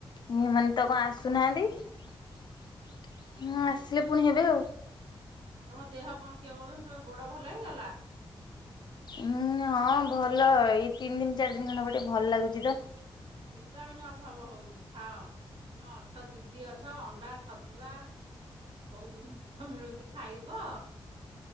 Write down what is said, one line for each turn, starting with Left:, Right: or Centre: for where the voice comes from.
Left: ଉଁ
Right: ହଁ
Left: ଏମାନେ ତ କଣ ଆସୁନାହାଁନ୍ତି ଉଁ
Right: ହଁ
Left: ଆସିବେ ପୁଣି ହେବେ ଆଉ।
Right: ତମ ଦେହ କଣ କିଏ କ ସେ ଗୋଡ ଭଲ ହେଇଗଲା?
Left: ଉଁ ହଁ ଭଲ ଏଇ ତିନି ଦିନି ଚାରି ଦିନି ଖଣ୍ଡେ ହବ ଟିକେ ଭଲ ଲାଗୁଛି ତ।
Right: ଭିଟାମିନ୍ ଅଭାବ ହଉଛି ଖାଅ। ତମେ ଅଛ ଦିଦି ଅଛ ଅଣ୍ଡା ଛତୁଆ ଭଉ ଜିନିଷ ମିଳୁଛି ଖାଇବ।